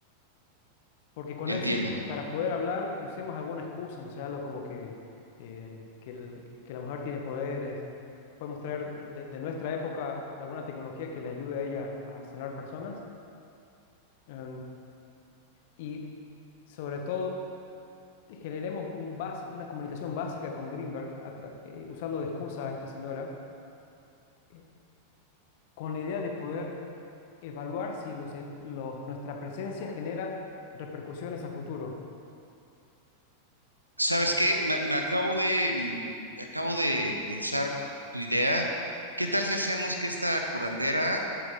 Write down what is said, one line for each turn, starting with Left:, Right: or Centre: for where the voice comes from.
Left: Porque con
Right: entiendo.
Left: él sí, eh, para poder hablar y usemos alguna excusa, no sé, algo como que, eh, que, el- que la mujer tiene poderes. Podemos traer de, de nuestra época alguna tecnología que le ayude a ella a sanar personas. Em, y sobre todo, generemos un basi- una comunicación básica con Greenberg, a tra- eh, usando de excusa a esta señora, eh, con la idea de poder evaluar si los e- los- nuestra presencia genera repercusiones a futuro.
Right: ¿Sabes qué? Me, me acabo de, mm, acabo de pensar tu idea. ¿Qué tal si hacemos que esta curandera